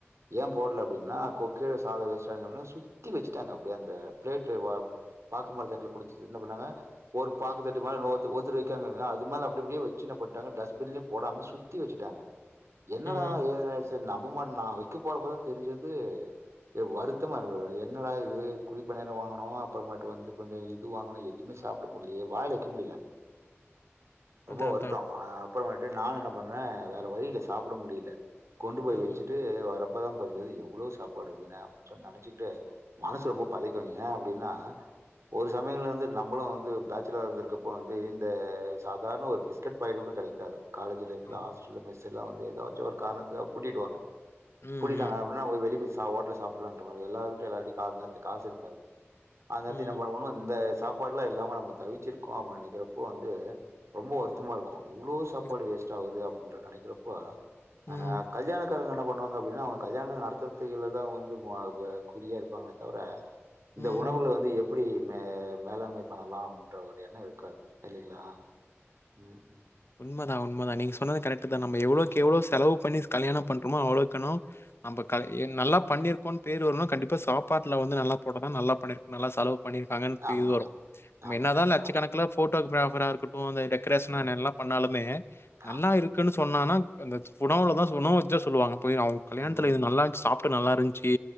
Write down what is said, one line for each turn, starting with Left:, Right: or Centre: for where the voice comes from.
Right: ஏ போடல அப்டினா கொ கீழ <unintelligible> சுத்தி வெச்சுட்டாங்க அப்டி அந்த பிளேட்டு பாக்குமர தட்ல குடுத் என்ன பண்ணாங்க ஒரு பாக்குதட்டு மாரி இன்னோர்த் ஒருத்தர் வெக்காங்க அது மேல அப்டப்டியே வெச்சு என்ன பண்டாங்க டஸ்ட்பின்லேய போடாம சுத்தி வெச்சுட்டாங்க என்னடா
Left: ம்,
Right: எதாய்ச்சு நம்ம பண்ணா வெக்க போறப்போ தெரிஞ்சுது வருத்தமா இருந்தது என்னடா இது குழி பணியாரொ வாங்குனோ அப்றமேட்டு வந்து கொஞ்சொ இது வாங்குனோ எதுமே சாப்டப் முடிலியே வாய்ல வெக்க முடில ரொம்ப
Left: அதான்
Right: வருத்தோ
Left: அதான்.
Right: அப்றோ வன்ட்டு நாங்கென்ன பண் ணே வேற வழியில்ல சாப்ட முடில கொண்டு போய்
Left: ம்,
Right: வெச்சுட்டு வரப் போ தா புரிஞ்சிது எவ்ளோ சாப்பாடு வீணாய் அப் சொ நனைச்சிக்கிட்டே மனசு ரொம்ப பதைக்கோ ஏ அப்டின்னா ஒரு சமயங்களல வந்து நம்மளூ வந்து பேச்சுலரா இருந்திருக்கப்போ வந்து இந்த சாதாரண ஒரு பிஸ்கெட் பாக்கெட் கூட கெடைக்காது காலேஜ் லைஃப்ல
Left: ஆமா.
Right: ஹாஸ்டல மெஸ் எல்லா ஏதாச்சுஒரு காரணத்துக்காக பூட்டிடுவாங்க
Left: ம்,
Right: பூட்டிட்டாங்க
Left: ம்.
Right: அப்டின்னா போய் வெளி போய் ஸ் தா ஓட்டல்ல சாப்பிடலான்ற மா எல்லாருட்டூ எல்லார்டயூ கா நேத்து காசு இருக்காது அந்தத்தி
Left: ம்.
Right: என்ன பண்ணோம்னா இந்த ஸ் சாப்பாட்லா இல்லாம நம்ளுக் தவிச்சிருக்கு அப்படின் நெனைக்கிறப்போ வந்து ரொம்போ வருத்தமா இருக்கு இவ்ளோ சாப்பாடு
Left: இருக்கும்.
Right: வேஸ்டாகுதே அப்டி என்று நெனைக்குறப்பா ஆஹ்
Left: ம்,
Right: கல்யாண காரங்க என்ன பண்ணுவாங்க அப்படின்னா அவங்க கல்யாணம் நடத்துறதுக்கிலதா வந்து மொ அ குறியா இருப்பாங்களே தவிர இந்த
Left: ம்.
Right: உணவுகள வந்து எப்புடி மே மேலாண்மை பண்ணலாம் ன்ற ஒரு எண்ண இருக்காது இல்லைங்களா உம் ம்
Left: உண்மதா உண்தா நீங்க சொன்னது கரெக்டதா நம்ம எவ்ளோக் எவ்ளோ செலவு பண்ணி கல்யாண பண்றமோ அவ்ளோக்காணு நம்ப கல்
Right: ம்.
Left: நல்லா பண்ணிருக் கொன் பேர் வர்னு கண்டிப்பா சாப்பாட்டுல வந்து நல்லா போட்டாதா நல்லா பண்ணிருக்கு நல்லா செலவு பண்ணிருக்காங்கன்ட்டு
Right: ஆமா,
Left: இது வரு நம்ம
Right: ஆமா.
Left: என்னதா
Right: கண்டிப்பா.
Left: லட்சக்கணக்குல ஃபோட்டோகிராபர இருக்கட் டு அந்த டெக்கரேஷனன்
Right: ம்.
Left: எல்லா லுமே நல்லா
Right: ஆமா.
Left: இருக்குன்னு சொ சொன்னானா அந்த உணவுலதா சொ உணவு வச்சுதா சொல்லுவாங்க போய் அவங்க கல்யாணத்துல
Right: ம்,
Left: இது நல்லா இருஞ்சு சாப் ப்ப நல்லா இருந்ச்சு கி